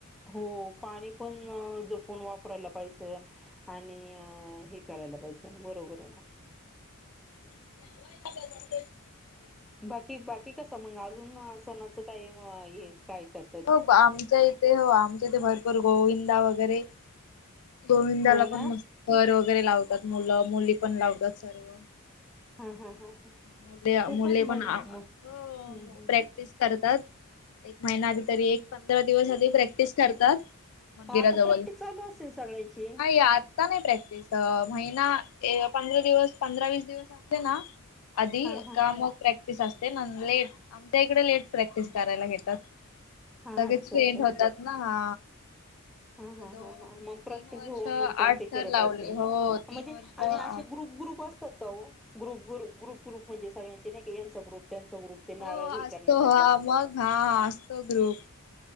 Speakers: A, in the centre; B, on the left.
A: हो. पाणी पण जपून वापरायला पाहिजे. आणि हे करायला पाहिजे. बरोबर आहे.
B: <unintelligible>
A: बाकी बाकी कसा मग अजून सणाचं काही काय करत
B: हो आमच्या इथे हो आमच्या इथे भरपूर गोविंदा वगैरे गोविंदाला
A: हो ना.
B: पण मस्त पर वगैरे लावतात मुलं मुली पण लावतात सर्व
A: हां हां हां हां.
B: मुले
A: खूपच
B: मुले पण
A: मजा
B: हो
A: म हम हम.
B: प्रॅक्टिस करतात. एक महिना आधी तरी एक पंधरा दिवस आधी प्रॅक्टिस करतात. मंदिराजवळ.
A: मग आता प्रॅक्टिस चालू असेल सगळ्यांची
B: नाही आत आता नाही प्रॅक्टिस. महिना ए पंधरा दिवस पंधरा वीस दिवस असते ना आधी
A: हा हा
B: का मग प्रॅक्टिस असते ना लेट आमच्या इकडे लेट प्रॅक्टिस करायला घेतात.
A: हा
B: लगेच
A: अच्छा
B: <unintelligible>
A: अच्छा
B: होतात ना. हा.
A: हा हा
B: दोन
A: ह हां. मग
B: तीन
A: प्रत्येक
B: वर्ष
A: होऊन नंतर
B: आठ
A: ते
B: तर
A: करत
B: लावले
A: असते.
B: हो तीन
A: म्हणजे
B: वर्ष
A: आणि
B: आठ
A: असे ग्रुप ग्रुप अस असता ओ. ग्रुप ग्रुप ग्रुप ग्रुप म्हणजे सळ्यांचे नाही का यांचा ग्रुप त्यांच ग्रुप. ते
B: हो
A: नारळ हे
B: असतो
A: करण्यासाठी.
B: हा मग हा. असतो ग्रुप.